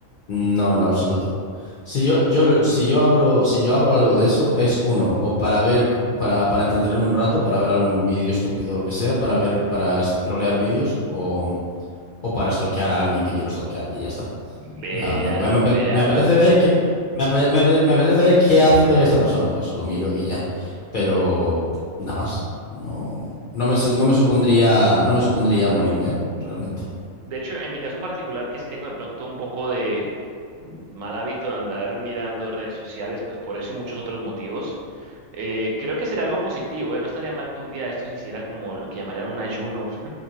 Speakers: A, on the left; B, on the right.
A: No, en lo absoluto. Si yo, yo lo- si yo abro, si yo abro algo de eso, es uno, o para ver, para, para entretenerme un rato, para ver algún vídeo estúpido o lo que sea, para ver, para scrollear vídeos, o, o para stalkear a alguien que quiero stalkear, y ya está.
B: Véalo,
A: O sea, me, me- me-
B: véalo.
A: me apetece ver qué, me, ape- me apete- me apetece ver qué hace esta persona, pues lo miro y ya. Pero nada más. No, no me, su- no me supondría, no me supondría morirme, ¿eh? Realmente.
B: De hecho, en mi caso particular, que sí tengo de pronto un poco de mm, mal hábito de andar mirando redes sociales, pues por eso y muchos otros motivos, eh, creo que sería algo positivo, ¿eh? No estaría mal que un día esto se hiciera como lo que llamarían un ayuno,